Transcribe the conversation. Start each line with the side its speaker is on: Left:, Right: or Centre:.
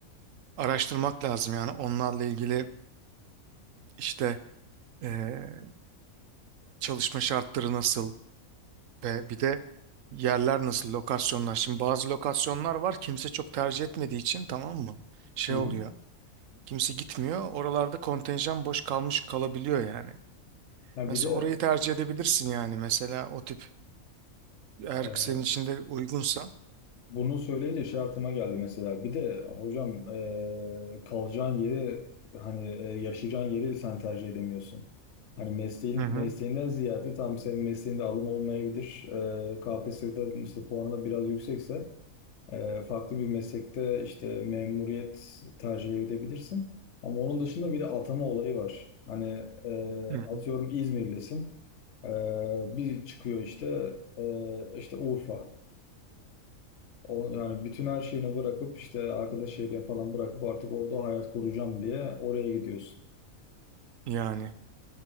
Right: Araştırmak lazım yani onlarla ilgili İşte eee, çalışma şartları nasıl ve bir de yerler nasıl, lokasyonlar. Şimdi bazı lokasyonlar var kimse çok tercih etmediği için tamam mı? Şey
Left: Hı hı.
Right: oluyor. Kimse gitmiyor. Oralarda kontenjan boş kalmış kalabiliyor yani.
Left: Ha,
Right: Mesela
Left: bir de
Right: orayı tercih edebilirsin yani mesela o tip eğer
Left: e,
Right: senin için de uygunsa.
Left: Bunu söyleyince şey aklıma geldi mesela. Bir de hocam e, kalacağın yeri hani e, yaşayacağın yeri sen tercih edemiyorsun. Hani mesleğin
Right: Hı hı.
Left: mesleğinden ziyade tam senin mesleğinde alım olmayabilir. E, KPSS'den işte puanı da biraz yüksekse e, farklı bir meslekte işte memuriyet tercih edebilirsin. Ama onun dışında bir de atama olayı var. Hani e,
Right: Hı
Left: atıyorum
Right: hı.
Left: İzmirlisin. E, bir çıkıyor işte e, işte Urfa. O, yani bütün her şeyini bırakıp işte arkadaş şehrini falan bırakıp artık orada hayat kuracağım diye oraya gidiyorsun.
Right: Yani